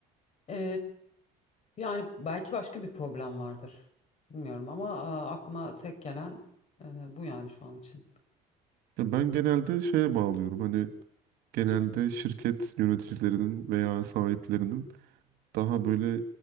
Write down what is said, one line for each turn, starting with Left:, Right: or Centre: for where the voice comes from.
Left: E, yani belki başka bir problem vardır. Bilmiyorum ama e, aklıma tek gelen e, bu yani şu an için.
Right: Ya ben genelde şeye bağlıyorum hani genelde şirket yöneticilerinin veya sahiplerinin daha böyle